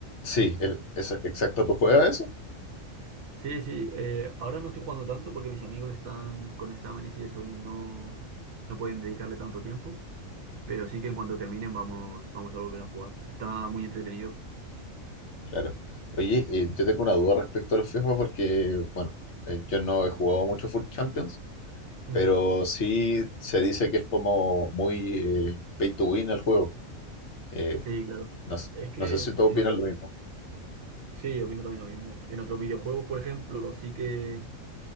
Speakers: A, on the left; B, on the right.
A: Sí, el- es, exacto. ¿Tú juegas eso?
B: Sí, sí, eh, ahora no estoy jugando tanto porque mis amigos están con exámenes y eso y no, no pueden dedicarle tanto tiempo, pero sí que en cuanto terminen vamos, vamos a volver a jugar. Está muy entretenido.
A: Claro. Oye, eh, yo tengo una duda respecto a los FIFA porque, bueno, eh, yo no he jugado mucho Foot Champions,
B: Ujú.
A: pero sí se dice que es como muy eh, pay to win el juego. Eh,
B: Sí, claro.
A: no, s-
B: Es que
A: no sé si tú opinas
B: en otro,
A: lo mismo.
B: Sí, opino también lo mismo. En otros videojuegos, por ejemplo, sí que